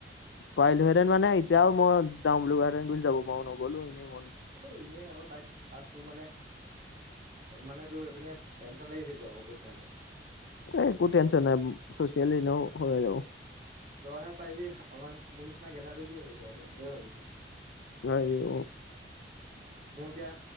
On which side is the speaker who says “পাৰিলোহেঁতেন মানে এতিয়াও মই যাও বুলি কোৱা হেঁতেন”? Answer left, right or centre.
Left